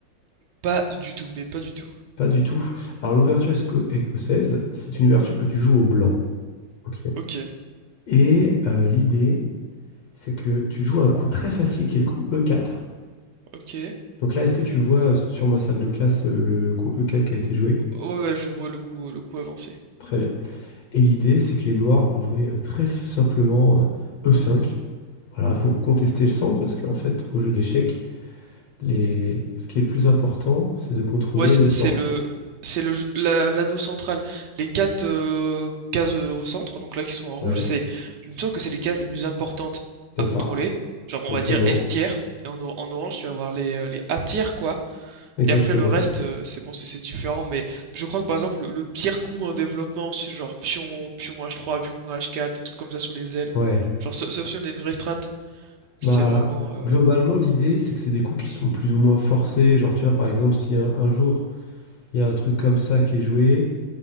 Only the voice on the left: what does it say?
Pas du tout. Alors, l'ouverture esco- écossaise, c'est une ouverture que tu joues au blanc. ok
Et euh, l'idée, c'est que tu joues un coup très facile qui est le coup E4.
Donc là, est-ce que tu vois euh, sur ma salle de classe euh, le le coup E4 qui a été joué?
Très bien. Et l'idée, c'est que les noirs vont jouer euh, très f- simplement euh, E5, voilà, pour contester le centre, parce qu'en fait, au jeu d'échecs, les... ce qui est le plus important, c'est de contrôler
le centre.
Ouais,
c'est
ça,
exactement,
exactement.
Ouais,
bah,
globalement, l'idée, c'est que c'est des coups qui sont plus ou moins forcés. Genre, tu vois, par exemple, si un, un jour, il y a un truc comme ça qui est joué,